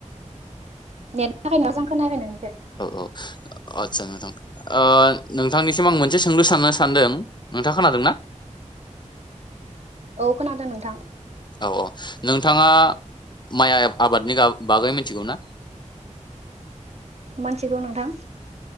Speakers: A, on the right (about 55°); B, on the left (about 35°).
A: नेटनि थाखाय मोजां खोनायाखै नोंनिखो।
B: औ औ आदसा नोंथां ओ नोंथांनिसिम आं मोनसे सोंलु साननो सानदों नोंथाङा खोनादों ना?
A: औ खोनादों नोंथां।
B: औ औ नोंथाङा माइ आइ आब आबादनि गा बागै मिनथिगौ ना?
A: मोनथिगौ नोंथां।